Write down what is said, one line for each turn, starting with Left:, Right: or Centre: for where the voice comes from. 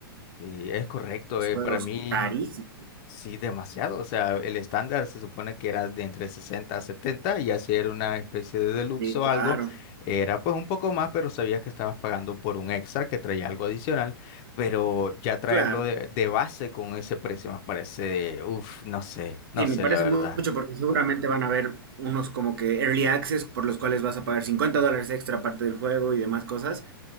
Left: Sí, es correcto.
Right: Los
Left: eh,
Right: juegos
Left: para mí,
Right: carísimos.
Left: Sí, demasiado. O sea, el estándar se supone que era de entre 60 a 70 y así era una especie de deluxe
Right: Sí,
Left: o
Right: claro,
Left: algo. Era pues un poco más, pero sabías que estabas pagando por un extra que traía algo adicional. Pero ya traerlo
Right: claro.
Left: de, de base con ese precio me parece, uff, no sé, no
Right: Sí, me
Left: sé
Right: parece
Left: la verdad.
Right: mucho porque seguramente van a haber unos como que early access por los cuales vas a pagar 50 dólares extra aparte del juego y demás cosas.